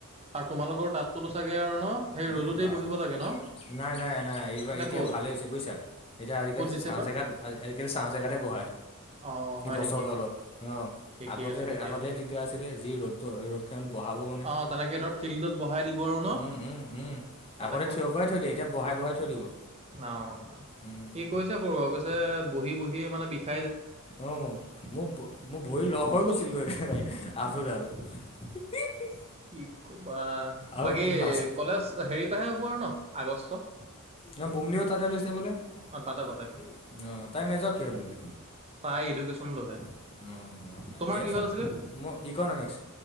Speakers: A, on the right (about 30°); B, on the left (about 25°).
A: আৰু তোমালোকৰ তাঁতটোতো চাগে আৰু ন সেই ৰ'দতেই
B: এই বা
A: বহিব লাগে ন।
B: নাই, নাই, নাই এইবাৰ
A: নে
B: এতিয়া
A: ক'ত
B: ভালেই হৈছে বুজিছা এতিয়া আজিকালি
A: ক'ত দিছে
B: চাহ
A: বা?
B: জেগাত আজিকালি চাহ জেগাতে বহায়।
A: অ' হয়
B: গছৰ
A: নেকি?
B: তলত অ,
A: ঠিকেই
B: আগতে,
A: আছে তেতিয়াহ'লে
B: আগতেহে দিগদাৰ আছিলে যি ৰ'দ ৰ'দখননত বঢহাব মানে।
A: অঁ তেনেকে ফিল্ডত বঢহাই দিব আৰু ন।
B: উম উম উম
A: তাতে
B: আগতে থিয় কৰাই থৈ দিয়ে। এতিয়া বহাই, বঢ়াই থৈ দিব।
A: অ,
B: উম
A: ই কৈছে কৰ আৰু কৈছে বহি, বহি মানে বিশেষ
B: অ, ম, মোৰ, মোৰ ভৰি লগ হৈ গৈছিল, গৈ নাই আঁঠুডাল <inaudible>
A: কি কবা
B: আৰু
A: বাকী
B: নাচ
A: কলেজ হেৰি পৰাহে হ'ব আৰু ন আগষ্ট
B: ন, বুমলিও তাতে লৈছে বোলে আহ,
A: অঁ তাতে তাতে
B: তাই মেজৰ কিহত ললে?
A: তাই এডুকেশ্যন ল'লে।
B: অ'।
A: তোমাৰ
B: ঠিক
A: কিহত
B: আছে,
A: আছিলে
B: ম, ইকনমিক্স